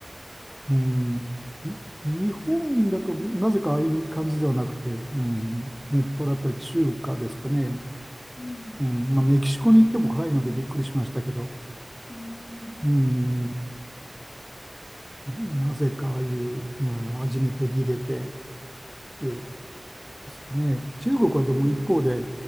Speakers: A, in the centre; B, on the left.
A: うん、日本だとなぜかああいう感じではなくて、うん、もっぱらやっぱり中華ですかね。
B: うん。
A: うん、まあ、メキシコに行っても辛いのでびっくりしましたけど、
B: おー。
A: うん、ななぜかああいう、うん、味に取り入れてるですかね。中国はでも一方で、
B: うん。